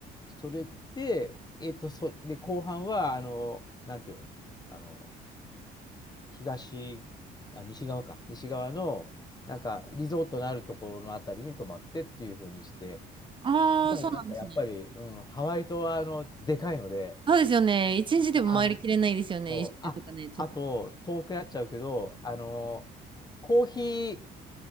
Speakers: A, on the left; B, on the right.
A: それで、えっと、そ、で、後半は、あの、なんていうの、あの、東、あ、西側か。西側の、なんか、リゾートのあるところのあたりに泊まってっていう風にして。
B: ああ、
A: でも、
B: そうなんですね。
A: なんか、やっぱり、うん、ハワイ島は、あの、でかいので、
B: そうですよね。一日でも回りきれないですよね。
A: あの、そう。
B: 一周とかね、
A: あ、
B: ちょっと。
A: あと、遠くなっちゃうけど、あの、コーヒー